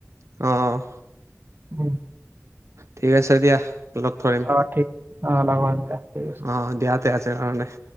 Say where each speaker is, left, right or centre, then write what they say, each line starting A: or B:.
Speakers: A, on the right (about 65°); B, on the right (about 40°).
A: অ'।
B: উম।
A: ঠিক আছে দিয়া লগ ধৰিম
B: অ', ঠিক অ', লগ হম দিয়া ঠিক আছে।
A: অ' দিয়া। <unintelligible> আছে কাৰণে।